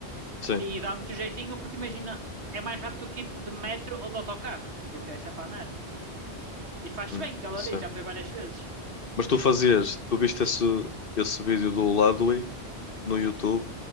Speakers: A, on the left; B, on the right.
A: sim,
B: E dá muito jeitinho, porque imagina, é mais rápido que ir de metro ou de autocarro, porque é sempre a andar. E faz-se
A: hum,
B: bem, que ela
A: certo.
B: diz, já foi várias vezes.
A: Mas tu fazias, tu viste esse, esse vídeo do Ludwig no
B: Sim.
A: YouTube